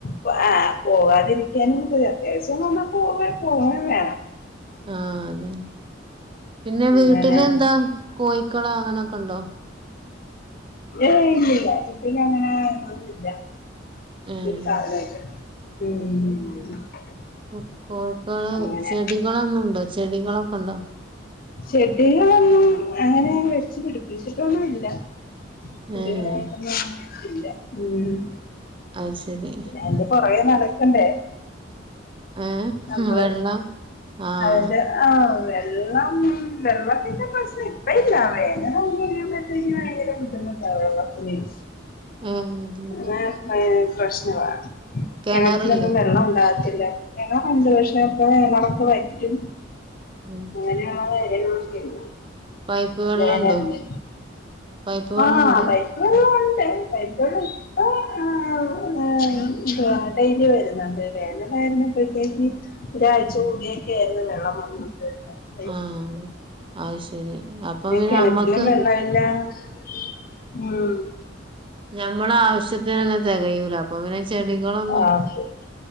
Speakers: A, on the left; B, on the right.
A: ബ ആഹ് പോവാതിരിക്ക്യാനും പറ്റൂല്ല അത്യാവശ്യം വന്നാ പോവെ പോവേം വേണം.
B: ആഹ് അതെ പിന്നെ വ്ട്ടില്
A: അങ്ങനെ
B: എന്താ കോയ്ക്കളോ അങ്ങനൊക്കണ്ടോ.
A: ഏയ് ഇല്ലില്ല വീട്ടിലങ്ങനെ ഒന്നുല്ല
B: ഏഹ്
A: ഈ കലായ്ട്ട്. ഉം.
B: ഒ കോയ്ക്കള്
A: അങ്ങനെ
B: ചെടികളൊന്നുംണ്ടോ ചെടികളൊക്കണ്ടോ?
A: ചെടികളൊന്നും അങ്ങനെ വെച്ചു പിടിപ്പിച്ചിട്ടൊന്നു ഇല്ല. പുതിയതായിട്ടൊന്നും
B: ഏഹ്
A: ഇല്ല ഉം.
B: അത് ശരി
A: അതിന്റ പൊറകെ നടക്കണ്ടേ.
B: ഏഹ്
A: നമ്മള്
B: വെള്ളം ആഹ്
A: അയ്ന്റെ. ആഹ് വെള്ളം വെള്ളത്തിന്റെ പ്രശ്നം ഇപ്പ ഇല്ല വേനലാവുമ്പോ <unintelligible> ഭയങ്കരം. ബുദ്ധിമുട്ടാ വെള്ളത്തിന്‌
B: ഏഹ്
A: <unintelligible> പ്രശ്നവാ.
B: കിണറില്ലേ
A: കെണറ്റിലൊന്നും വെള്ളം ഉണ്ടാകത്തില്ല
B: ഉം
A: കെണറുണ്ട് പക്ഷെ. <unintelligible> നടപ്പുറ അറ്റും.
B: ഉം.
A: ങ്ങനെയുള്ള കാര്യങ്ങളൊക്കെണ്ട്
B: പൈപ്പ് വെള്ളണ്ടോ
A: വേനൽല്.
B: പൈപ്പ് വെള്ളണ്ട്
A: ആഹ് പൈപ്പ് വെള്ളം ഉണ്ട് പൈപ്പ് വെള്ളം ഇപ്പൊ ഏഹ്. ആഹ് ഏയ് ഇത്‌വാണ്ടേയ്നി വെരുന്നു ഇണ്ടല്ലെ ഇവടായിരുന്നപ്പോത്തേക്ക് ഒരാഴ്ച കൂടിയൊക്കെ ആയിര്ന്നു വെള്ളം വന്നത് <unintelligible>
B: ആഹ് അത് സരി അപ്പ പിന്നെ
A: കിണറ്റിലും
B: അമ്മക്ക്.
A: വെള്ളമില്ല ഉം.
B: ഞമ്മളാവുസ്യത്തിനെന്നെ തെകയൂല അപ്പൊ പിന്നെ ചെടികളൊന്നും.
A: ആഹ്